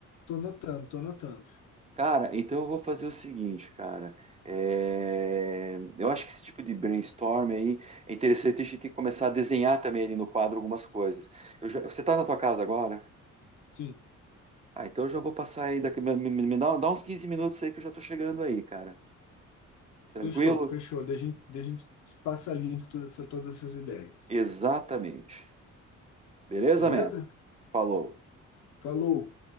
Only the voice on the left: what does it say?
tô notando, tô notando.
Sim,
fechou, fechou. Daí a gente, daí a gente passa limpo toda essa, todas essas ideias.
Beleza?
Falou!